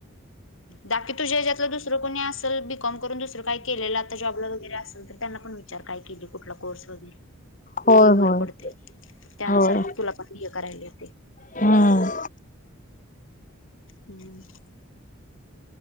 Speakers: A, on the left; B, on the left.
A: बाकी तुझ्या हेच्यातलं दुसरं कोणी असेल बीकॉम करून दुसरं काही केलेलं आता जॉबला वगैरे असेल. तर त्यांना पण विचार काय केले कुठला कोर्स वगैरे.
B: होय
A: ते पण बरं
B: होय
A: पडते, त्यानुसार
B: होय
A: मग तुला पण हे करायला होते.
B: हम्म.
A: हम्म.